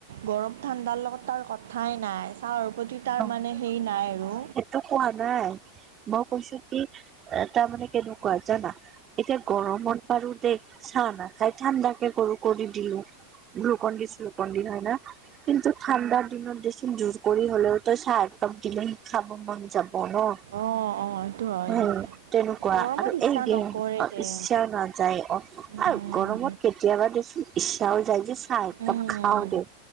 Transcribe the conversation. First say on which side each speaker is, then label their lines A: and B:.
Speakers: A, on the right; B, on the right.
A: গৰম ঠাণ্ডাৰ লগত তাৰ কথাই নাই। চাহৰ প্ৰতি তাৰ
B: অ'
A: মানে হেৰি নাই আৰু
B: মই সেইটো কোৱা নাই মই কৈছো কি এ তাৰমানে কেনেকুৱা জানা এতিয়া গৰমত পাৰো দে চাহ নাখাই ঠাণ্ডা কে গলো কৰি দিলো। গ্লোকন ডি শ্লুকণ দি হয় না কিন্তু ঠাণ্ডাৰ দিনত দেছোন জোৰ কৰি হলেও তই চাহ একাপ দিলে খাব মন যাব ন।
A: অঁ অঁ সেইটো হয়
B: উ তেনেকুৱা
A: গৰমত
B: আৰু
A: ইচ্ছা
B: এই গেম
A: নকৰে দে
B: ইচ্ছা নাযায় আও
A: উম
B: গৰমত কেতিয়াবা দেছোন ইচ্ছাও যায় যে চাহ
A: উম
B: কাপ খাও
A: উম
B: দে